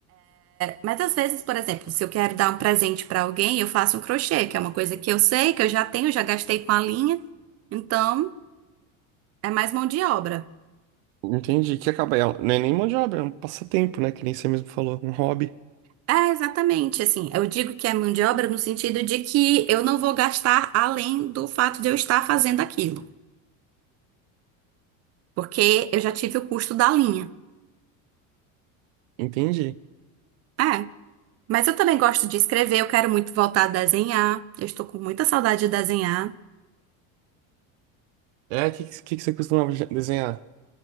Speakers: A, on the right; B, on the right.
A: Mas às vezes, por exemplo, se eu quero dar um presente pra alguém, eu faço um crochê, que é uma coisa que eu sei, que eu já tenho, já gastei com a linha. Então, é mais mão de obra.
B: Entendi, que acaba ela. Não é nem mão de obra, é um passatempo, né? Que nem você mesmo falou, um hobby.
A: É, exatamente, assim, eu digo que é mão de obra no sentido de que eu não vou gastar além do fato de eu estar fazendo aquilo, porque eu já tive o custo da linha.
B: Entendi.
A: É, mas eu também gosto de escrever, eu quero muito voltar a desenhar, eu estou com muita saudade de desenhar.
B: É, o que, que, que você costumava desenhar?